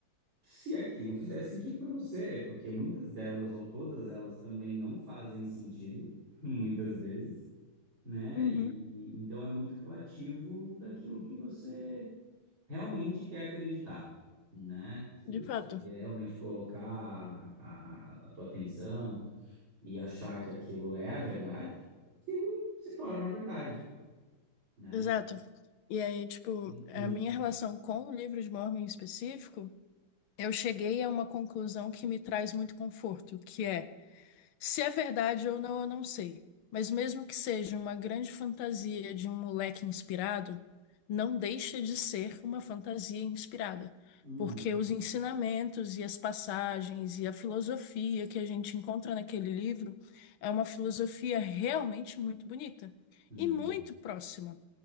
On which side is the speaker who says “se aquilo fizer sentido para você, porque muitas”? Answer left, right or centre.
Right